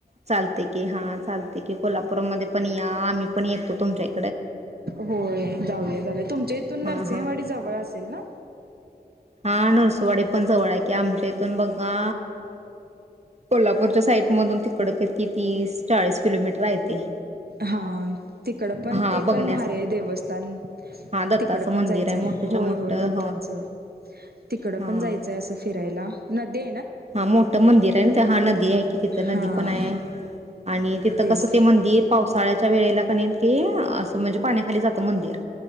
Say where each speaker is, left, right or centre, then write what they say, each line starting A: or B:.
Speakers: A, on the right (about 40°); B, on the right (about 70°).
A: चालते की हा चाल ते की कोल्हापुरमध्येध पण या आम्ही पण येतो तुमच्याही
B: होय जाऊया जाऊया तुमच्या इथून
A: हां
B: नरसिंहवाडी
A: हां
B: जवळ असेल ना.
A: हा नरसुवाडी पण जवळ आहे की आमच्या इथून बघा कोल्हापूरच्या साईड मधून तिकड किती तीस चाळीस किलोमीटर आहे ते
B: हा तिकड पण
A: हा
B: ते
A: बघण्यास
B: पण भारी देवस्थान
A: हा दत्ताचं
B: तिकड
A: मंदिर
B: पण जायचंय
A: आहे मोठच्या
B: होय
A: मोठं
B: होय दत्तांचं. तिकड
A: हा.
B: पण जायचंय असं फिरायला न दे
A: हा मोठं मंदिर आहे ना ते हा नदी आहे की तिथं नदी
B: हा
A: पण आहे आणि तिथं
B: तेच
A: कसं ते मंदिर पाऊ ळच्या वेळेला की नही अस म्हणजे पाण्याखाली जात मंदिर